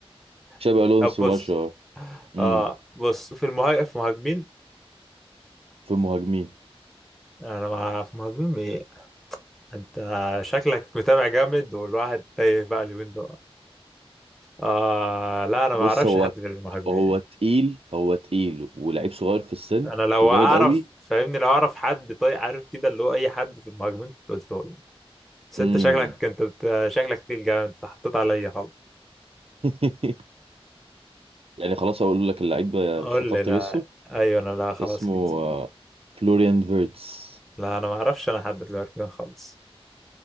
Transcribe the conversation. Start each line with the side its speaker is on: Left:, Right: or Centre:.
Right: شابي
Centre: <laughs>
Right: ألونسو
Centre: طب بص
Right: ما شاء الله امم
Centre: اه بص في المهاجم في المهاجمين
Right: في المهاجمين
Centre: انا مع في مهاجمين ايه انت شكلك متابع جامد والواحد تايه بقى اليومين دول آه لا انا
Right: بص
Centre: ما اعرفش
Right: هو
Centre: حد في المهاجمين
Right: هو تقيل هو تقيل ولعيب صغير في السن
Centre: انا لو
Right: وجامد
Centre: اعرف
Right: قوي
Centre: فاهمني لو اعرف حد طيب عارف كده اللي هو اي حد في المهاجمين كنت قلته لك بس
Right: امم
Centre: انت شكلك انت بت- شكلك تقيل جامد انت حطيت عليا خالص
Right: <laughs> يعني خلاص هقول لك اللعيب ده
Centre: قول
Right: مش هتعرف
Centre: لي
Right: تجسه
Centre: لا ايوه انا لا خلاص
Right: اسمه
Centre: كده
Right: آه، فلوريان فيرتس
Centre: لا انا ما اعرفش انا حد في الاركان خالص